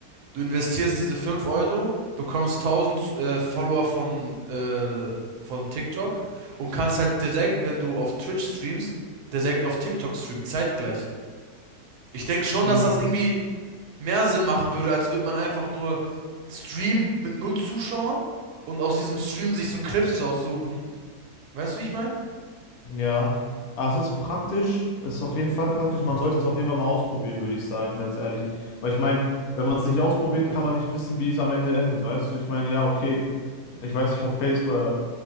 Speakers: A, on the right; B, on the left.
A: du investierst diese 5 Euro, bekommst tausend äh, Follower von, äh, von TikTok und kannst halt direkt, wenn du auf Twitch streamst, direkt auf TikTok streamen, zeitgleich. Ich denke schon,
B: Mm,
A: dass das irgendwie mehr Sinn machen würde, als würde man einfach nur streamen mit null Zuschauern und aus diesem Stream sich so Clips raussuchen. Weißt du, wie ich meine?
B: ja. Ah, es ist praktisch, es ist auf jeden Fall praktisch. Man sollte es auf jeden Fall mal ausprobieren, würde ich sagen, ganz ehrlich. Weil ich meine, wenn man es nicht ausprobiert, kann man nicht wissen, wie es am Ende endet, weißt du? Ich meine, ja, okay. Ich weiß nicht, ob Facebook, äh,